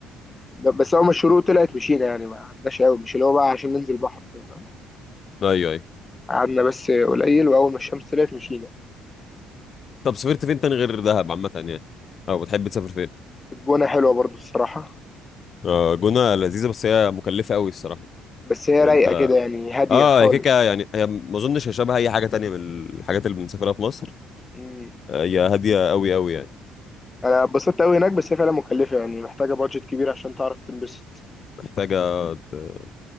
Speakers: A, on the left; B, on the left.
A: لا، بس اول ما الشروق طلعت مشينا يعني ما قعدناش قوي مش اللي هو بقى عشان ننزل بحر كده، فاهم
B: ايوه ايوه
A: قعدنا بس قليل واول ما الشمس طلعت مشينا
B: طب سافرت فين تاني غير دهب عامة يعني او بتحب تسافر فين
A: الجونه حلوه برضو الصراحه
B: آه جونة لذيذة بس هي مكلفة قوي الصراحة
A: بس هي
B: يعني
A: رايقه
B: انت
A: كده يعني هاديه
B: اه
A: خالص
B: هي كيكة يعني هي ما اظنش هي شبه اي حاجة تانية من الحاجات اللي بنسافرها في مصر
A: مم.
B: آه هي هادية قوي قوي يعني
A: انا اتبسطت قوي هناك بس هي فعلا مكلفه يعني محتاجه بادجت كبير عشان تعرف تنبسط
B: محتاجة ت-